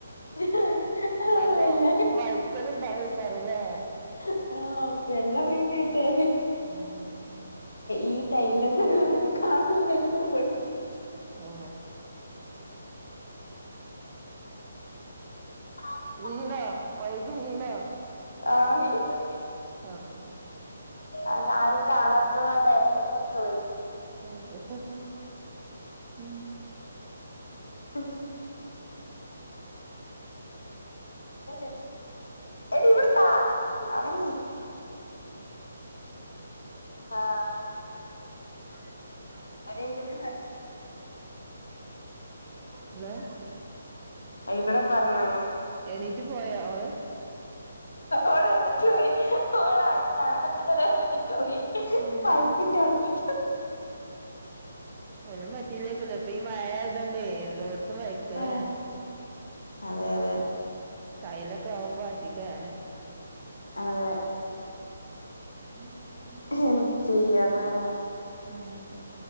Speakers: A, on the left; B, on the right.
A: ഞാന് ആഹ്
B: നല്ലവഴുക്കലുണ്ടാമു
A: അല്ല
B: മല്ലേ
A: ആ <unintelligible> വെള്ള മനായിട്ടെ
B: അത് ഉം
A: ഈ ടൈലിൽ വെള്ളം വീണാൽകാണൂലല്ലോഓ
B: ആ
A: ആരും
B: വീണോ വഴുതി വീണോ
A: ആ വീണു
B: ഉം
A: അ ആരും കാണാത്ത പോല്ലെ എന്നിട്ട് പോയി
B: അതെ ഉ
A: ഉം
B: <inaudible>
A: എന്താ കേ കേട്ടത് എടി ഇവിടുത്താ അടങ്ങീരി ആ
B: ആ
A: അ വിള <unintelligible>
B: പിന്നെ
A: ഇവിടെ പറഞ്ഞാണ്
B: എണീറ്റ് പോയോ അവള്
A: ഓൾ എഴുന്നേറ്റ് പോയി ഓൾ ആരും കാണാത്ത എഴ പോയി
B: ഉം
A: പൈപ്പിന്റെ അവിടെ നിൽ
B: ഒന്നും പറ്റീലേക്കല്ലോ അപ്പൊ ഈ മഴ ആതോണ്ടേ എല്ലോത്തും എല്ലായിടത്തും വഴുക്കലാണ്
A: ആ അതെ അതെ
B: ടൈലൊക്കെ ആവുമ്പോ അധികാണ്
A: അതെ
B: ഉം
A: എന്ത് ചെയ്യാനാണെന്ന് പറ
B: ഉം